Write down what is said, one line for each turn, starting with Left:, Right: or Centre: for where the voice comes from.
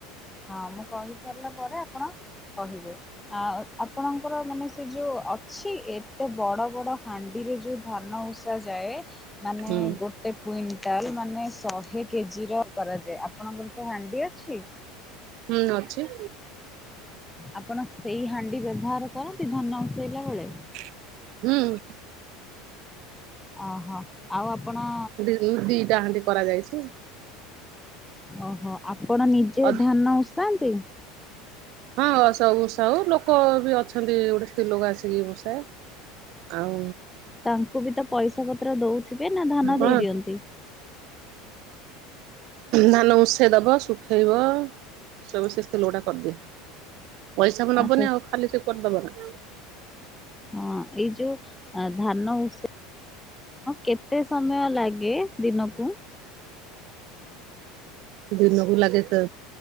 Centre: ହଁ ମୁଁ କହିସାରିଲା ପରେ ଆପଣ କହିବେ। ଆ ଆପଣଙ୍କର ମାନେ ସେଯୋଉ ଅଛି ଏତେ ବଡ଼ ବଡ଼ ହାଣ୍ଡିରେ ଯୋଉ ଧାନ ଉଷା ଯାଏ ମାନେ
Right: ହୁଁ।
Centre: ଗୋଟେ କୁଇଣ୍ଟାଲ ମାନେ ଶ ହେ କେଜିର କରାଯାଏ ଆପଣଙ୍କର ସେହାଣ୍ଡି ଅଛି?
Right: ହୁଁ ଅଛି।
Centre: ଆପଣ ସେଇ ହାଣ୍ଡି ବ୍ୟବହାର କରନ୍ତି ଧାନ ଓସେଇଲା ବେଳେ?
Right: ହୁଁ।
Centre: ଓହୋ ଆଉ ଆପଣ
Right: ଉଁ ଦିଟା ହଣ୍ଡି କରାଯାଇଛି।
Centre: ଓହୋ ଆପଣ ନିଜେ
Right: ଅ
Centre: ଧାନ ଉସାନ୍ତି?
Right: ହଁ ଉଷାଉ ଲୋକବି ଅଛନ୍ତି ଗୋଟେ ସ୍ତ୍ରୀ ଲୋକ ଆସିକି ଉଷାଏ। ଆଉ
Centre: ତାଙ୍କୁବିତ ପଇସା ପତ୍ର ଦଉଥିବେ ନାଧାନ
Right: ହଁ
Centre: ଦେଇ ଦିଅନ୍ତି?
Right: ଧାନ ଉଷେଇ ଦବ ଶୁଖେଇବ ସବୁ ସେସ୍ତ୍ରୀ ଲୋକଟା କରିଦିଏ। ପଇସାବି ନବନି
Centre: ଆଚ୍ଛା
Right: ଆଉ ଖାଲିସେ କରିଦବନା।
Centre: ହଁ ଏଇ ଯୋଉ ଆଁ ଧାନ ଉଷା କେତେ ସମୟ ଲାଗେ ଦିନକୁ?
Right: ଦିନକୁ ଲାଗେ ତ